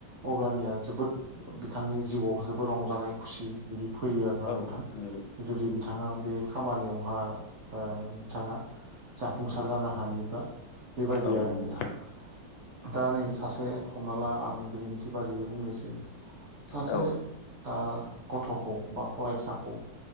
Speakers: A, on the right; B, on the left.
A: अब्लानिया जोबोद बिथांनि जिउआव जोबोद रंजानाय खुसि बिदि फैयो आरोना
B: औ
A: नोंथां
B: नंगौ
A: जुदि बिथाङा बे खामानियावहा ओ नोंथाङा जाफुंसार जानो हायो। बा बेबायदि
B: औ
A: आरो
B: नंगौ
A: नोंथां। दा नै सासे हमना ला आं बिदिन्थि बायदियै बुंनोसै। सासे
B: औ
A: आ गथ'खौ बा फरायसाखौ।